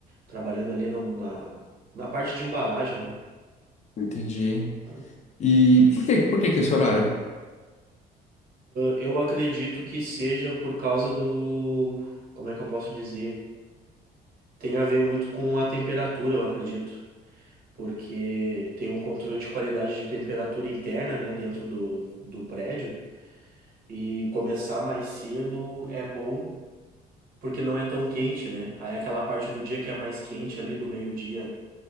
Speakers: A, on the right (about 60°); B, on the left (about 40°).
A: trabalhando ali na, na, na parte de embalagem, né?
B: Entendi, hein?
A: Ah,
B: E por que, por que que é esse horário?
A: eu acredito que seja por causa do. Como é que eu posso dizer? Tem a ver muito com a temperatura, eu acredito. Porque tem um controle de qualidade de temperatura interna, né, dentro do, do prédio. E começar mais cedo é bom, porque não é tão quente, né? Aí aquela parte do dia que é mais quente, ali do meio-dia